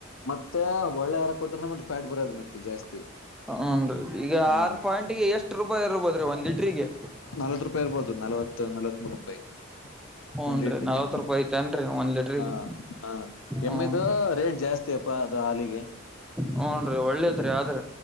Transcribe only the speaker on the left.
ಮತ್ತೆ ಒಳ್ಳೆ ಆಹಾರ ಕೊಟ್ರ ಮತ್ತೆ ಫ್ಯಾಟ್ ಬರದು ಮತ್ತೆ ಜಾಸ್ತಿ.
ಹಾ
ನಲ್ವತ್ ರೂಪಾಯಿ ಇರ್ಬೋದು ನಲವತ್ತು ನಲವತ್ ಮೂರು ರೂಪಾಯಿ.
ಒಂದ್
ಲೀಟ್ರಿಗೆ
ಹಾ ಹಾ, ಎಮ್ಮಿದು
ರೇಟ್ ಜಾಸ್ತಿ ಅಪ್ಪಾ ಅದು ಹಾಲಿಗೆ.